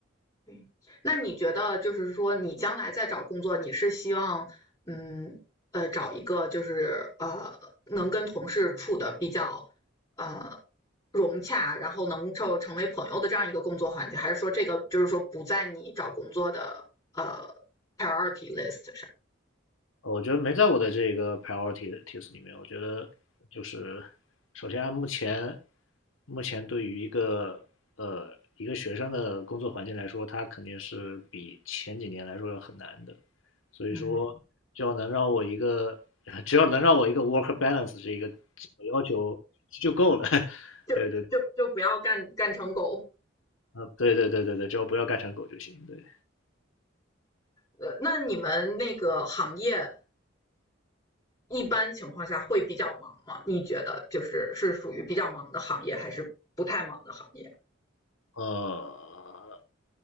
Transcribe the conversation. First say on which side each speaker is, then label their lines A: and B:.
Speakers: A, on the left; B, on the left.
A: 对，那你觉得就是说，你将来再找工作，你是希望，嗯，呃，找一个就是呃，能跟同事处的比较呃融洽，然后能够成为朋友的这样一个工作环境，还是说这个就是说不在你找工作的呃 priority list 上？
B: 呃我觉得没在我的这个 priorities 里面。我觉得就是，首先按目前目前对于一个呃一个学生的工作环境来说，它肯定是比前几年来说要很难的。所以说，
A: 嗯，
B: 只要能让我一个 <laughs> 只要能让我一个 work balance 这一个基本要求就够了。<laughs>
A: 就就就不要干干成狗。
B: 对对，呃，对对对对对，只要不要干成狗就行。对。
A: 呃，那你们那个行业一般情况下会比较忙吗？你觉得就是是属于比较忙的行业，还是不太忙的行业？
B: 呃，